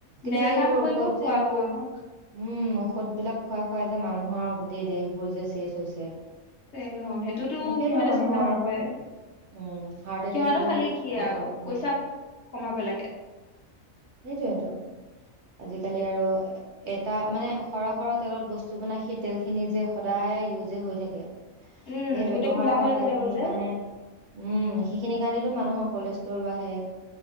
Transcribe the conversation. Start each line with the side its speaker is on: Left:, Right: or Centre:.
Right: কিন্তু
Left: বেয়া
Right: যে এইবোৰ
Left: কাম
Right: ঔষধ
Left: কৰিব খুৱাব
Right: যে উম',
Left: আমাক।
Right: ঔষধ ঔষধ বিলাক খুৱাই -খুৱাই যে মানুহৰ গোটেই দেহবোৰ যে চেজ হৈছে।
Left: তে, হ, সেইটোতো
Right: এনেকেইতো
Left: সিহঁতে
Right: মানুহৰ
Left: চিন্তা নকৰে,
Right: উম হাৰ্ট এটেক
Left: সিহঁতৰ
Right: বোৰ
Left: খালী কি
Right: ঘপককে
Left: আৰু পইচা
Right: হয়
Left: কমাব লাগে।
Right: সেইটোৱেতো আজিকালি আৰু এটা মানে সৰহ - সৰহ তেলত বস্তু বনাই সেই তেলখিনি যে সদায় ইউজে হৈ থাকে।
Left: উম
Right: সেই ব্যৱহাৰ
Left: গোটেই কোলা
Right: হোৱা
Left: হৈ
Right: তেল
Left: যায়গৈ
Right: খিনিৰ
Left: যে
Right: কাৰণে উম', সেইখিনিৰি কাৰণেতো মানুহৰ কলেষ্ট্ৰল বাহে।